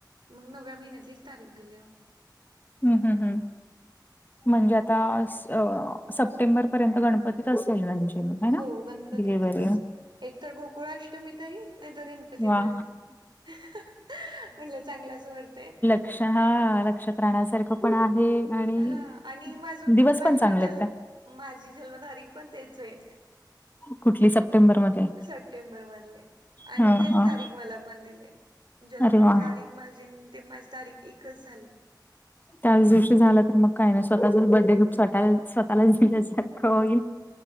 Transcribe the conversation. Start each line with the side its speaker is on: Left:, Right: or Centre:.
Right: मग नव्या महिन्यातलीच तारीख दिलीया.
Left: ह हा हा. म्हणजे आता स सप्टेंबर पर्यंत गणपतीच असेल म्हणजे मग है ना
Right: हो गणपतीतच,
Left: डिलिव्हरी
Right: एक तर गोकुळाष्टमी तरी, नाही तर गण पती
Left: वा
Right: तरी म्हटलं चांगलाच मुहूर्त हाय.
Left: क्ष हा लक्ष्यात राहण्या सारखं पण आहे आणि
Right: हा आणि माझं
Left: दिवस
Right: म्हणजे माझी
Left: पण चांगले
Right: जल
Left: आहेत त्या.
Right: माझी जन्म तारीक पण तेच हाय.
Left: कुठली सप्टेंबर मध्ये?
Right: सप्टेंबर मधले. आणि
Left: हा
Right: तेच
Left: हा
Right: तारीख मला पण दिलेय, जन्म
Left: अरे वा.
Right: तारीख माझी ती माझी तारीख एकच झालेत.
Left: त्याच दिवशी झालं तर, मग काही नाही स्वतःचाच बर्थडे गिप्ट, स्वतः स्वतःला दिल्यासारखं होईल.